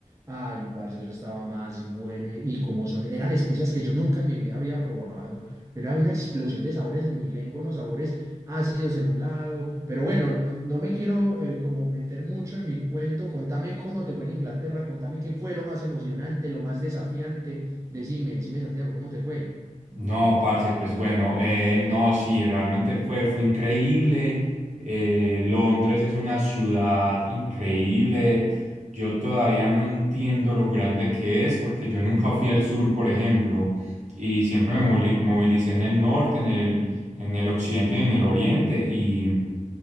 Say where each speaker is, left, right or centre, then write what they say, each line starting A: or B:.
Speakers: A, on the right; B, on the right.
A: Ay, parce, eso estaba más bueno y, y como son, eran especias que yo nunca en mi vida había probado, era una explosión de sabores en mi lengua, unos sabores ácidos en un lado, pero bueno, no, no me quiero eh, como meter mucho en mi cuento, contame cómo te fue en Inglaterra, contame qué fue lo más emocionante, lo más desafiante, decime, decime Santiago, ¿cómo te fue?
B: No, parce, pues bueno, eh, no, sí, realmente fue, fue increíble. Eh, Londres es una ciudad increíble. Yo todavía no entiendo lo grande que es porque yo nunca fui al sur, por ejemplo, y siempre me moli- movilicé en el norte, en el, en el occidente y en el oriente. Y,